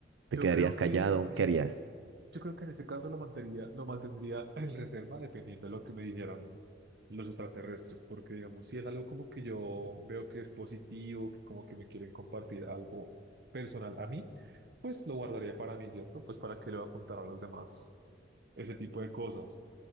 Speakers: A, on the right; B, on the right.
A: te
B: Yo
A: quedarías
B: creo que
A: callado? ¿Qué harías?
B: yo creo que en este caso lo mantendría, lo mantendría <laughs> en reserva dependiendo de lo que me dijeran los extraterrestres, porque digamos, si es algo como que yo veo que es positivo, que como que me quieren compartir algo personal a mí, pues lo guardaría para mí, ¿cierto? Pues para qué le voy a contar a los demás ese tipo de cosas.